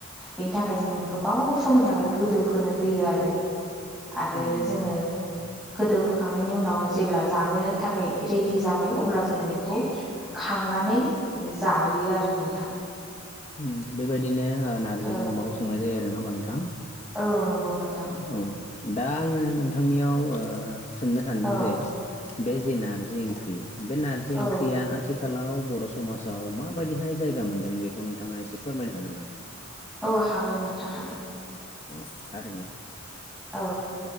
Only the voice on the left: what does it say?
औ नंगौ
उम बेबायदिनो ओ नार्जिजों
अमाखौ संनाय जायो आरो। नङा होमबा नोंथां?
औ। दा आङो नोंथांनियाव ओ सोंनो सानदों
जे बे जि नारजि ओंख्रि बे नारजि
ओंख्रिया आथिखालाव बर' समाजाव माबायदिहाय जायगा मोनदों बे नोंथाङा एसे फोरमायनो हागोन नामा?
औ थारैनो